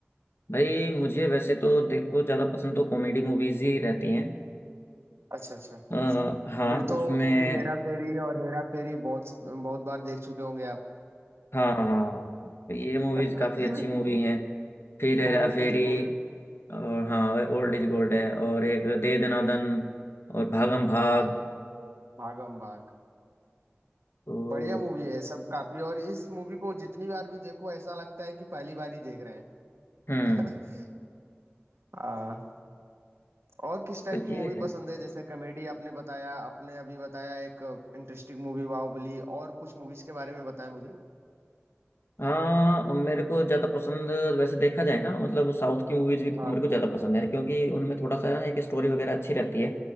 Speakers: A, on the left; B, on the right.
A: भाई मुझे वैसे तो देखो ज्यादा पसंद तो कॉमेडी मूवीज ही रहती हैं
B: अच्छा अच्छा
A: आ, हाँ
B: फिर तो
A: उसमें
B: फिर हेरा फेरी और हेरा फेरी बहुत बहुत बार देख चुके होंगे आप
A: हाँ हाँ, हाँ। तो ये मूवीज
B: <laughs>
A: काफी अच्छी मूवी हैं फिर हेरा
B: Old
A: फेरी
B: is gold
A: और हाँ ओल्ड इज गोल्ड है और एक दे दना दन और भागम भाग
B: हाँ भागम भाग
A: तो
B: बढ़िया मूवी है सब काफी और इस मूवी को जितनी बार भी देखो ऐसा लगता है कि पहली बार ही देख रहे हैं
A: हम्म
B: <laughs> हाँ और किस टाइप
A: तो
B: की मूवी
A: ये है
B: पसंद है जैसे कॉमेडी आपने बताया आपने अभी बताया एक इंटरेस्टिंग मूवी बाहुबली और कुछ मूवीज के बारे में बताया मुझे
A: हाँ मेरे को ज़्यादा पसंद वैसे देखा जाए ना मतलब साउथ की मूवीज भी
B: हाँ
A: मेरे को ज़्यादा पसंद है क्योंकि उनमें थोड़ा सा ना एक स्टोरी वगैरह अच्छी रहती है